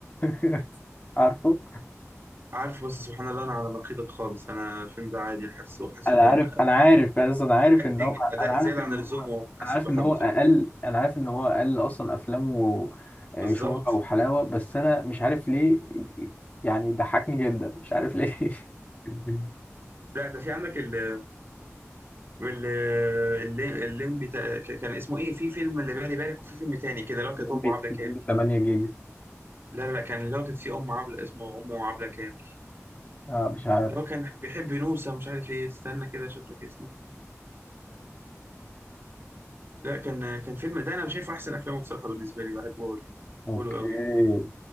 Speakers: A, on the left; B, on the right.
A: <laughs> عارفه
B: عارف بس سبحان الله انا على نقيضك خالص انا الفيلم ده عادي حاسه حاسه
A: انا
B: كان
A: عارف انا عارف يعني اصلا انا عارف
B: اكتنج
A: ان هو
B: اداء
A: انا عارف
B: زياده
A: ان
B: عن اللزوم
A: هو
B: وما حاسس
A: انا عارف
B: ما
A: ان
B: حبيتهوش
A: هو اقل انا عارف ان هو اقل اصلا افلامه آه،
B: بالظبط
A: شهرة وحلاوة بس انا مش عارف ليه يعني ضحكني جدا مش عارف ليه <laughs>
B: لا ده في عندك ال ال ال- الليمبي تا- ك- كان اسمه ايه في فيلم اللي بالي بالك وفي فيلم تاني كده اللي هو كانت
A: من
B: امه عبله كامل
A: 8 جيجا
B: لا لا لا كان اللي هو كانت في ام عبله اسمه امه عبله كامل
A: اه مش عارف
B: اللي هو كان بيحب نوسه مش عارف ايه استنى كده اشوف لك اسمه لا كان كان فيلم ده انا شايفه احسن افلامه بصراحه بالنسبه لي بحبه أوي. بحبه
A: اوكي
B: له قوي